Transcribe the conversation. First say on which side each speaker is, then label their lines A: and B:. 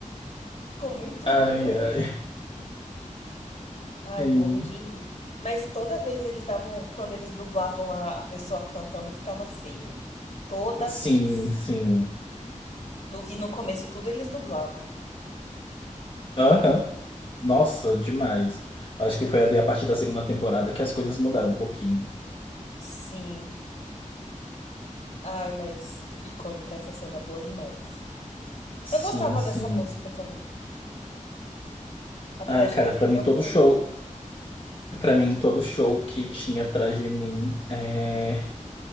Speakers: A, on the left; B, on the left.
A: Ficou muito
B: Ai,
A: ruim.
B: ai,
A: Ai,
B: sim,
A: morro de rir. Mas toda vez eles davam, quando eles dublavam a, a pessoa cantando, ficava feio. Toda
B: sim,
A: vez.
B: sim.
A: No- e no começo tudo eles dublavam.
B: Aham. Nossa, demais. Acho que foi ali a partir da segunda temporada que as coisas mudaram um pouquinho.
A: Sim. Ai, mas icônica essa cena, boa demais.
B: Sim,
A: Eu gostava
B: sim.
A: dessa música também. Apesar
B: Ai,
A: de
B: cara,
A: que hoje
B: pra
A: em dia
B: mim
A: eu
B: todo
A: pulo
B: show,
A: ela.
B: pra mim todo show que tinha atrás de mim é,